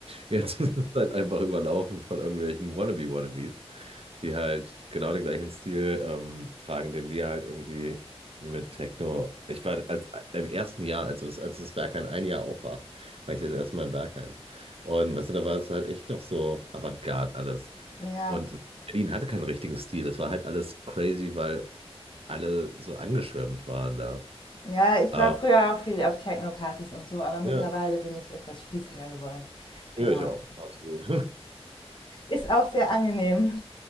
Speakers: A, on the right; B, on the left.
A: Jetzt <laughs> ist es halt einfach überlaufen von irgendwelchen Wannabe-Wannabes, die halt genau den gleichen Stil ähm, tragen, den wir halt irgendwie mit Techno. Ich war als im ersten Jahr, also das, als das Berghain ein Jahr auf war, war ich das erste Mal im Berghain. Und weißt du, da war es halt echt noch so Avantgarde alles.
B: Ja,
A: Und Berlin hatte keinen richtigen Stil. Das war halt alles crazy, weil alle so angeschwärmt waren da.
B: ja, ich
A: Ähm,
B: war früher auch viel auf Techno-Partys und so, aber mittlerweile
A: Ja,
B: bin ich etwas spießiger geworden. Genau.
A: ja, ich auch, absolut.
B: Ist auch sehr angenehm.
A: <laughs>